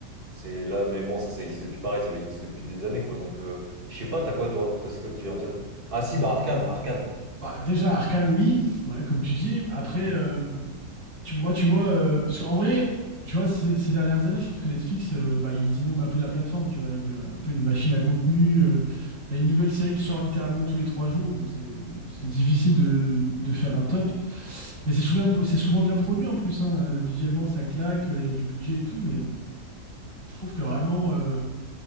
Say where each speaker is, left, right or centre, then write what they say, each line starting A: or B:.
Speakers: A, on the right; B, on the right.
A: C'est là, mais bon, ça, ça existe depuis pareil, ça existe depuis des années, quoi. Donc, euh, je sais pas, t'as quoi, toi? Toi, c'est quoi qui vient en tête? Ah, si, bah, Arcane, Arcane.
B: Bah, déjà, Arcane, oui, ouais, comme tu dis. Après, euh, tu- moi, tu vois, euh, parce qu'en vrai, tu vois, ces, ces dernières années, je trouve que Netflix, euh, bah, ils inondent un peu la plateforme, tu vois, avec euh, un peu une machine à contenu. euh, t'as une nouvelle série qui sort littéralement tous les trois jours, donc c'est c'est difficile de, de faire un top. Mais c'est souvent, c'est souvent bien produit en plus, hein. Visuellement, ça claque, euh, il y a du budget et tout, mais je trouve que vraiment. euh,